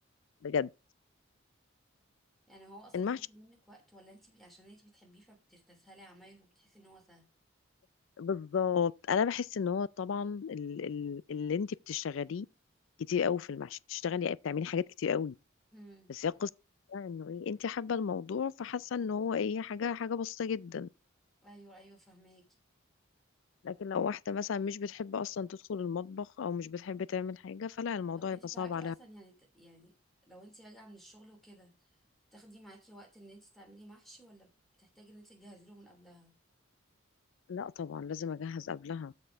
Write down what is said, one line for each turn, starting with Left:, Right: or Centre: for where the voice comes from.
Left: بجد
Centre: يعني هو اصلا
Left: المحشي
Centre: مش بياخد منك وقت ولا انتي بي- عشان انتي بتحبيه فبتستسهلي عمايله وبتحسي ان هو سهل
Left: بالظبط انا بحس ان هو طبعا ال- ال- اللي انت بتشتغليه كتير قوي في المحشي بتشتغلي بتعملي حاجات كتير قوي
Centre: امم
Left: بس هي القصه بقى انه ايه انت حابه الموضوع فحاسه ان هو ايه حاجه حاجه بسيطه جدا
Centre: ايوه ايوه فهماكي
Left: لكن لو واحده مثلا مش بتحب اصلا تدخل المطبخ او مش بتحب تعمل حاجه فلا الموضوع
Centre: طب انتي
Left: يبقى
Centre: بتعرفي
Left: صعب عليها
Centre: اصلا يعني ت- يعني لو انتي راجعه من الشغل وكده تاخدي معاكي وقت ان انتي تعملي محشي ولا بتحتاجي ان انتي تجهزي له من قبلها
Left: لا طبعا لازم اجهز قبلها